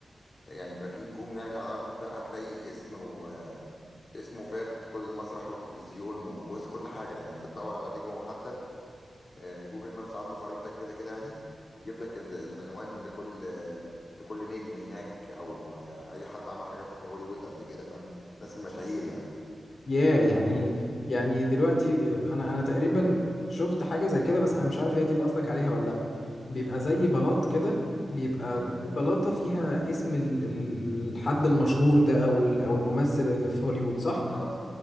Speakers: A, on the left (about 45°); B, on the left (about 60°).
A: يعني بيبقى في نجوم يعني على الارض وكده هتلاقي اسم واسمه فات كل مسرح وتلفزيون ووسط كل حاجة يعني لو بتدور على نجم محدد آه، جوجل مابس عنده خريطة كده كده يعني بيجيب لك ال- العنوان لكل لكل نجم هناك او آه، اي حد عمل حاجة في هوليوود قبل كده فاهم الناس المشاهير يعني
B: ياه يعني يعني دلوقتي آه، انا انا تقريبا شفت حاجه زي كده بس انا مش عارف هي دي اللي قصدك عليها ولا لا بيبقى زي بلاط كده بيبقى
A: امم
B: كل بلاطه فيها اسم ال- ال- الحد المشهور ده او ال- او الممثل اللي في هوليوود صح
A: اه